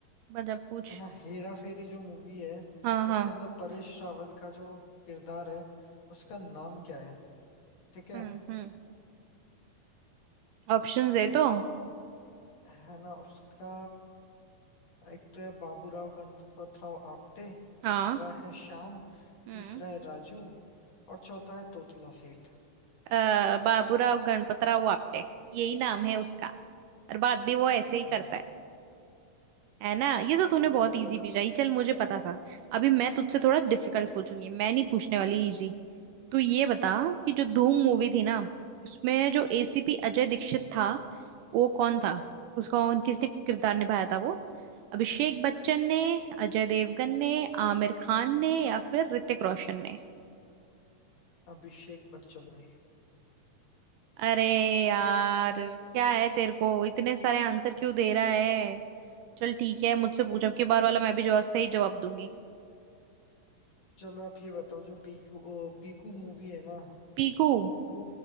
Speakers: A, on the right; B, on the left.
A: मतलब पूछ
B: है ना हेरा फेरी जो मूवी है
A: हाँ हाँ
B: उसके अंदर परेश रावल का जो किरदार है उसका नाम क्या है ठीक है
A: हम्म हम्म ऑप्शंस दे
B: उस
A: तो
B: है ना उसका एक तो है बाबूराव गणपतराव आपटे
A: हाँ
B: दूसरा है श्याम
A: हम्म
B: तीसरा है राजू और चौथा है तोतला सेठ
A: अ, बाबूराव गणपतराव आपटे यही नाम है उसका और बात भी वो ऐसे
B: हम्म
A: ही करता है है ना ये तो
B: हम्म,
A: तूने बहुत इजी
B: चलो
A: पूछा चल मुझे पता था अभी मैं तुझसे थोड़ा डिफिकल्ट पूछूंगी मैं नहीं पूछने वाली इजी तू ये बता कि जो धूम मूवी थी ना उसमें जो एसीपी अजय दीक्षित था वो कौन
B: हम्म।
A: था उसका किसने किरदार निभाया था वो अभिषेक बच्चन ने अजय देवगन ने आमिर खान ने या फिर ऋतिक रोशन ने
B: अभिषेक बच्चन ने
A: अरे यार क्या है तेरे को इतने सारे आंसर क्यों दे रहा है चल ठीक है मुझसे पूछ अब की बार वाला मैं भी जवाब सही जवाब दूंगी
B: चलो आप ये बताओ जो पीकू ओ, पीकू मूवी है ना
A: पीकू
B: वो